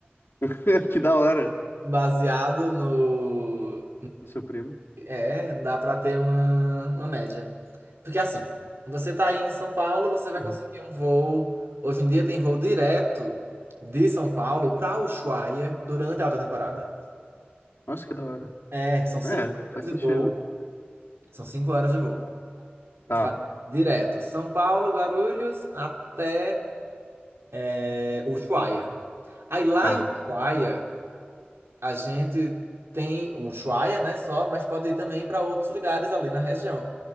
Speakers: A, on the left; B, on the right.
A: <laughs> Que da hora.
B: Baseado no,
A: O seu primo.
B: É, dá pra ter uma, uma média. Porque assim, você tá aí em São Paulo, você vai
A: Aham.
B: conseguir um voo. Hoje em dia tem voo direto de São Paulo pra Ushuaia durante a alta temporada.
A: Nossa, que da hora.
B: É, são cinco
A: É, faz
B: horas
A: sentido.
B: de voo. São cinco horas de voo. Vai
A: Tá,
B: direto. São Paulo, Guarulhos, até é, Ushuaia. Aí lá
A: tá.
B: em Ushuaia. A gente tem o Ushuaia, né, só, mas pode ir também para outros lugares ali na região.